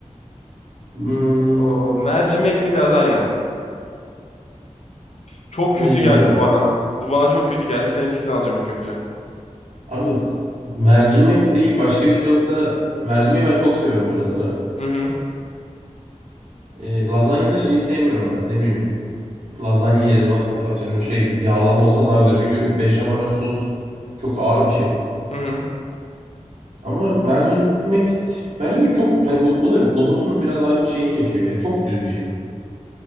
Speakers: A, on the right; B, on the left.
A: Hmm,
B: O mercimek mi lazanya mı? Çok
A: e,
B: kötü geldi bu bana. Bu bana çok kötü geldi. Senin fikrini alacağım ilk önce.
A: abi mercimek değil başka bir şey olsa mercimeği ben çok seviyorum bu arada da.
B: Hı hı.
A: E, lazanyada şeyi sevmiyorum ben. Ne bileyim lazanya yerime at- atıyorum şey yağlama olsa daha güzel. Çünkü o beşamel sos çok ağır bir şey.
B: Hı hı.
A: Ama mercimek mercimek çok hani bu o da nohutun biraz aynı şeyini yaşıyor ya. Çok düz bir şey.